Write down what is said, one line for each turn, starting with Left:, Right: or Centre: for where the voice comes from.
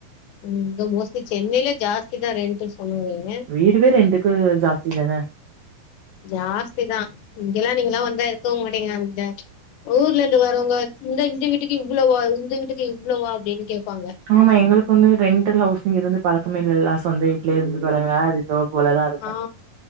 Left: ம்ம் இங்க மோஸ்ட்லி சென்னைல ஜாஸ்திதா ரெண்டல்ஸ் சொல்லுங்க
Right: வீடுமே ரெண்டுக்கு ஜாஸ்தி தான
Left: ஜாஸ்திதா இங்கெல்லா நீங்களா வந்தா இருக்கவு மாட்டிங்க இங்க ஊர்லேந்து வரவங்க இந்த இந்த வீட்டுக்கு இவ்ளோவா இந்த வீட்டுக்கு இவ்ளோவா அப்டினு கேப்பாங்க
Right: ஆமா எங்களுக்கு வந்து ரெண்டல் ஹவுஸ்ன் இருந்து பழக்கமே இல்லயா சொந்த வீட்ல இருந்து பழக தோ போலதா இருக்கும்
Left: ஆ